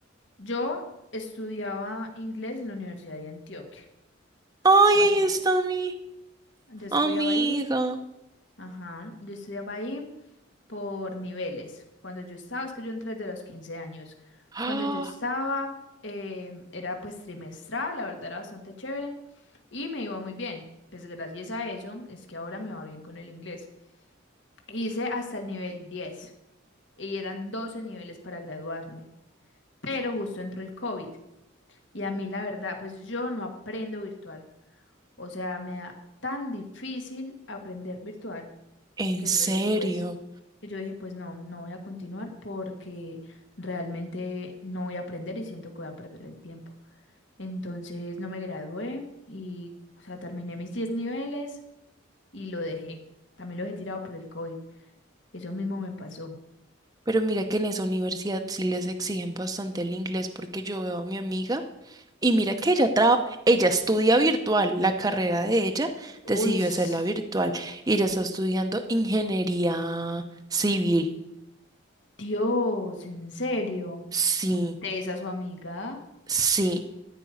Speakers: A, on the left; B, on the right.
A: Yo estudiaba inglés en la Universidad de Antioquia,
B: Ay,
A: o
B: ahí
A: así.
B: está mi
A: Yo estudiaba
B: amiga.
A: ahí.
B: <gasps>
A: Ajá, yo estudiaba ahí por niveles. Cuando yo estaba, es que yo entré desde los 15 años.
B: Ah,
A: Cuando yo estaba, eh, era pues trimestral, la verdad era bastante chévere y me iba muy bien. Pues gracias a eso es que ahora me va bien con el inglés. Hice hasta el nivel 10 y eran 12 niveles para graduarme, pero justo entró el COVID y a mí la verdad, pues yo no aprendo virtual. O sea, me da tan difícil aprender virtual
B: ¿en
A: que
B: serio?
A: yo dije, pues... Y yo dije, pues no, no voy a continuar porque realmente no voy a aprender y siento que voy a perder el tiempo. Entonces no me gradué y, o sea, terminé mis 10 niveles y lo dejé. También lo he tirado por el COVID. Eso mismo me pasó.
B: Pero mira que en esa universidad sí les exigen bastante el inglés porque yo veo a mi amiga y mira que ella traba- ella estudia virtual, la carrera de ella decidió
A: Uy, s-
B: hacerla virtual y ella está estudiando ingeniería civil.
A: Dios, en serio.
B: Sí,
A: Muy tesa su amiga,
B: sí,